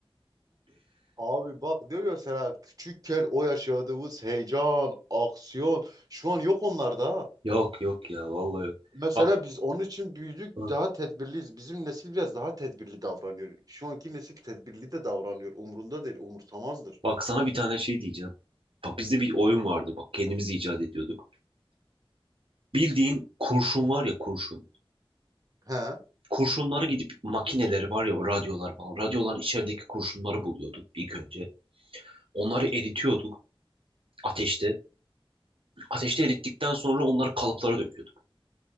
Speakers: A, on the right; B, on the right.
A: Abi bak diyor ya sana küçükken o yaşadığımız heyecan, aksiyon şu an yok onlarda
B: <laughs>
A: ha.
B: Yok yok ya vallahi yok.
A: Mesela
B: Bak
A: biz onun için büyüdük,
B: bak
A: daha tedbirliyiz. Bizim nesil biraz daha tedbirli davranıyor. Şu anki nesil tedbirli de davranıyor. Umrunda değil, umursamazdır.
B: bak sana bir tane şey diyeceğim. Bak bizde bir oyun vardı bak kendimiz icat ediyorduk. Bildiğin kurşun var ya kurşun.
A: He?
B: kurşunları gidip makineleri var ya o radyolar falan. Radyoların içerideki kurşunları buluyorduk ilk önce. Onları eritiyorduk ateşte. Ateşte
A: He?
B: erittikten sonra onları kalıplara döküyorduk.